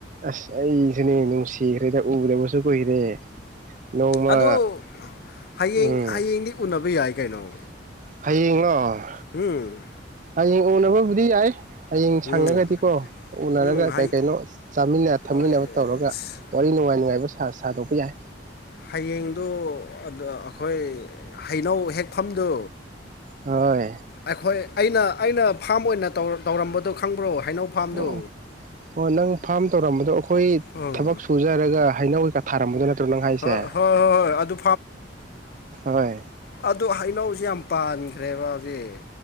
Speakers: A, on the right; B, on the left.
A: ꯑꯁ ꯑꯩꯁꯨꯅꯦ ꯅꯨꯡꯁꯤ ꯊꯤꯈ꯭ꯔꯦꯗ ꯎꯗꯕꯁꯨ ꯀꯨꯏꯈ꯭ꯔꯦ ꯅꯣꯡꯃ
B: ꯑꯗꯣ ꯍꯌꯦꯡ
A: ꯎꯝ
B: ꯍꯌꯦꯡꯗꯤ ꯎꯅꯕ ꯌꯥꯏ ꯀꯩꯅꯣ
A: ꯍꯌꯦꯡꯂꯣ
B: ꯎꯝ
A: ꯍꯌꯦꯡ ꯎꯅꯕꯕꯨꯗꯤ ꯌꯥꯏ ꯍꯌꯦꯡ
B: ꯎꯝ
A: ꯁꯪꯉꯒꯗꯤꯀꯣ ꯎꯅꯔꯒ
B: ꯎꯝ ꯍꯩ
A: ꯀꯩ ꯀꯩꯅꯣ ꯆꯥꯃꯤꯟꯅ ꯊꯛꯃꯤꯟꯅꯕ
B: ꯍꯣꯏ
A: ꯇꯧꯔꯒ
B: ꯑꯁ
A: ꯋꯥꯔꯤ ꯅꯨꯡꯉꯥꯏ ꯅꯨꯡꯉꯥꯏꯕ ꯁꯥꯗꯣꯛꯄ ꯌꯥꯏ
B: ꯍꯌꯦꯡꯗꯨ ꯑꯗꯨ ꯑꯩꯈꯣꯏ ꯍꯩꯅꯧ ꯍꯦꯛꯐꯝꯗꯨ
A: ꯍꯣꯏ
B: ꯑꯩꯈꯣꯏ ꯑꯩꯅ ꯑꯩꯅ ꯐꯥꯝ ꯑꯣꯏꯅ ꯇꯧꯔꯝꯕꯗꯣ ꯈꯪꯕ꯭ꯔꯣ ꯍꯩꯅꯧ ꯐꯥꯝꯗꯣ
A: ꯑꯣ ꯑꯣ ꯅꯪ ꯐꯥꯝ ꯇꯧꯔꯝꯕꯗꯣ ꯑꯈꯣꯏ
B: ꯍꯣꯏ
A: ꯊꯕꯛ ꯁꯨꯖꯔꯒ ꯍꯩꯅꯧ ꯆ ꯊꯥꯔꯝꯕꯗꯣ ꯅꯠꯇ꯭ꯔꯣ ꯅꯪ ꯍꯥꯏꯁꯦ
B: ꯍꯣꯏ ꯍꯣꯏ ꯍꯣꯏ ꯑꯗꯨ
A: ꯍꯣꯏ
B: ꯑꯗꯣ ꯍꯩꯅꯧꯁꯦ ꯌꯥꯝ ꯄꯥꯟꯈ꯭ꯔꯦꯕ ꯍꯧꯖꯤꯛ